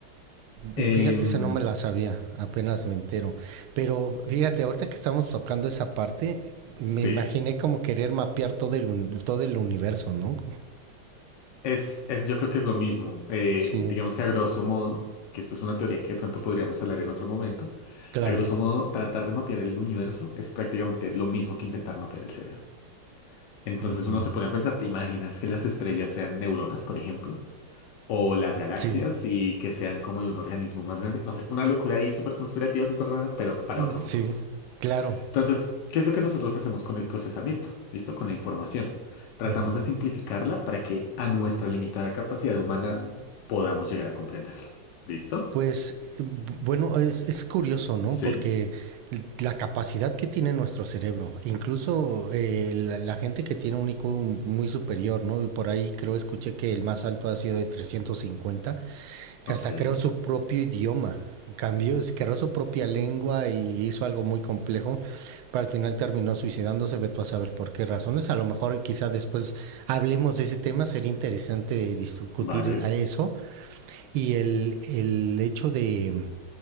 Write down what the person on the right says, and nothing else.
Y
Fíjate, eso no me la sabía, apenas me entero. Pero fíjate, ahorita que estamos tocando esa parte, me
imaginé como querer mapear todo el, uni- todo el universo, ¿no?
Sí,
claro.
Ujú.
Sí,
sí,
claro.
Ujú.
Pues eh, bu- bueno, es, es curioso, ¿no?
Porque la capacidad que tiene nuestro cerebro, incluso eh, la, la gente que tiene un IQ muy superior, ¿no? Por ahí creo escuché que el más alto ha sido de 350 que
hasta creó su propio idioma. Cambió, creó su propia lengua y hizo algo muy complejo, pero al final terminó suicidándose, veto a saber por qué razones. A lo mejor quizá después hablemos de ese tema, sería interesante de discutir
a eso. Y el, el hecho de,